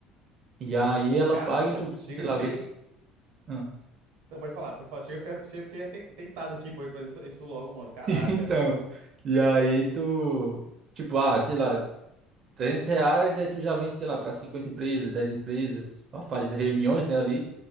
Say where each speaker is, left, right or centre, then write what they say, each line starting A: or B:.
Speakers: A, on the right (about 40°); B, on the right (about 85°).
A: E aí ela
B: Cara,
A: paga
B: nossa,
A: e tu, sei
B: chega e
A: lá,
B: fei.
A: vende. Ah. <laughs>
B: Não, pode falar, pode falar. Chega e fica- chega e fiquei aten- tentado aqui, pode fazer isso, isso logo, mano. Caraca.
A: Então, e aí tu, tipo, ah, sei lá, 300 reais, aí tu já vende, sei lá, para 50 empresas, 10 empresas, ó, faz reuniões, né, ali,